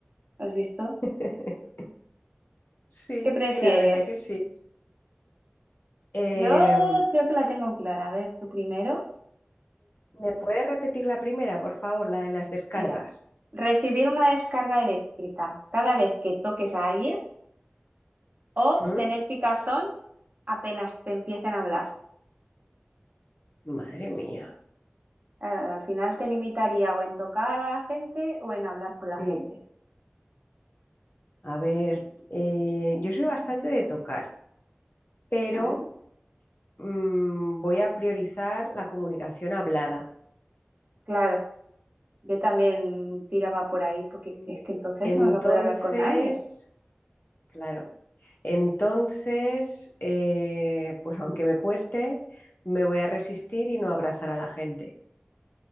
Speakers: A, on the right (about 45°); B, on the left (about 55°).
A: ¿Has visto?
B: <laughs> Sí,
A: ¿Qué prefieres?
B: la verdad que sí. Em,
A: Yo creo que la tengo clara. A ver, tú primero
B: ¿me puedes repetir la primera, por favor, la de las descargas?
A: era recibir una descarga eléctrica cada vez que toques a alguien O
B: ¿Mm?
A: tener picazón apenas te empiecen a hablar.
B: Madre mía.
A: Eh, al final te limitaría o en tocar a la gente o en hablar con la
B: Sí.
A: gente,
B: A ver, eh, yo soy bastante de tocar, pero
A: ¿vale?
B: mm, voy a priorizar la comunicación hablada.
A: Claro, yo también tiraba por ahí porque
B: En-
A: es que entonces
B: Entonces,
A: no vas a poder hablar con nadie.
B: claro. Entonces, eh, pues aunque me cueste, me voy a resistir y no abrazar a la gente.